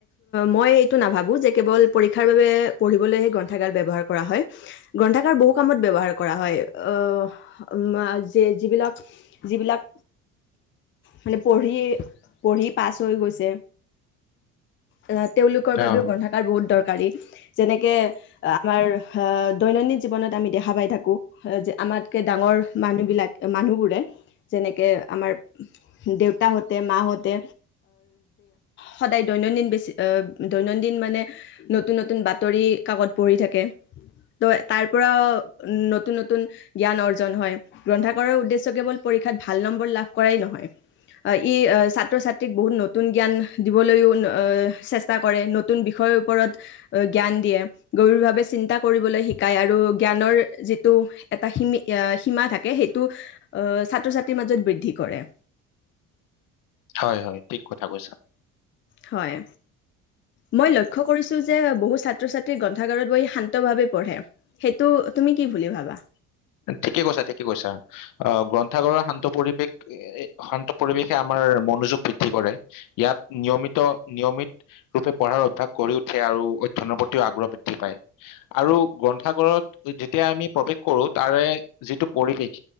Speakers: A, on the left; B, on the left.
A: মই অকচ এইটো নাভাবো যে কেৱল পৰীক্ষাৰ বাবে পঢ়িবলৈহে গ্ৰন্থাগাৰ ব্যৱহাৰ কৰা হয় গ্ৰন্থাগাৰ বহু কামত ব্যৱহাৰ কৰা হয় আহ যিবিলাক যিবিলাক মানে পঢ়িযে পঢ়ি পাছ হৈ গৈছে অ তেওঁলোকৰ বাবেও
B: অ
A: গন্থাকাৰ বহুত দৰক পাৰি যেনেকে যেনেকে আমাৰ হহ দৈনন্দিন জীৱনত আমি দেখা পাই থাকোঁ যে আমাক কে ডাঙৰ মানুহবিলাকে মানুহবোৰে, যেনেকৈ আমাৰ দেউতাহঁতে মাহঁতে সদায় দৈনন্দিন বেছি দৈনন্দিন মানে নতুন-নতুন বাতৰি কাকত পঢ়ি থাকে। ত তাৰ পৰা নতুন-নতুন জ্ঞান অৰ্জন হয় গ্ৰন্থ কৰৰ উদ্দেশ্য কেৱল পৰীক্ষাত ভাল নম্বৰ লাভ কৰাই নহয়, ই ছাত্ৰ ছাত্ৰীক বহুত নতুন জ্ঞান দিবলৈও চেষ্টা কৰে নতুন বিষয়ৰ ওপৰত জ্ঞান দিয়ে, গভীৰভাৱে চিন্তা কৰিবলৈ শিকায় আৰু জ্ঞানৰ যিটো এটা সম সীমা থাকে সেইটো আহ, ছাত্ৰ-ছাত্ৰীৰ মাজত বৃদ্ধি কৰে।
B: হয়-হয় ঠিক কথা কৈচা।
A: হয়, মই লক্ষ্য কৰিছো যে বহু ছাত্ৰ-ছাত্ৰী গ্ৰন্থাগাৰত বহি শান্ত ভাৱে পঢ়ে সেইটো তুমি কি বুলি ভাবা।
B: ঠিকে কৈছা, ঠিকে কৈছা, আহ, ভগ্ৰন্থাগাৰৰ শান্ত পৰিৱেশ শান্ত পৰিৱেশে আমাৰ মনোযোগ বৃদ্ধি কৰে। ইয়াত নিয়মিত নিয়মিত ৰূপে পঢ়াৰ অভ্যাস গঢ়ি উঠে আৰু অধ্যায়নৰ প্ৰতিও আগ্ৰহ বৃদ্ধি পায় আৰু গ্ৰন্থাগাৰত যেতিয়া আমি প্ৰৱেশ কৰোঁ তাৰে যিটো পৰিৱেশ